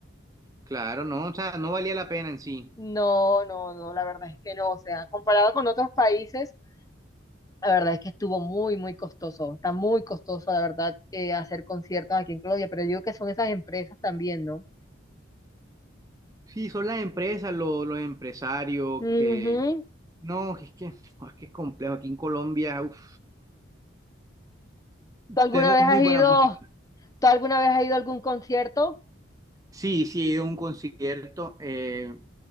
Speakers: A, on the right (about 15°); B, on the left (about 20°).
A: Claro, no, o sea, no valía la pena en sí.
B: No, no, no, la verdad es que no, o sea, comparado con otros países, la verdad es que estuvo muy, muy costoso, está muy costoso, la verdad, eh, hacer conciertos aquí en Colombia, pero yo digo que son esas empresas también, ¿no?
A: Sí, son las empresas, lo- los, empresarios,
B: Ujú.
A: que... No, es que, <laughs> es que es complejo. Aquí en Colombia, uf,
B: ¿Tú alguna
A: tenemos
B: vez
A: muy
B: has
A: buena
B: ido,
A: música.
B: tú alguna vez has ido a algún concierto?
A: Sí, sí, he ido a un concierto. eh,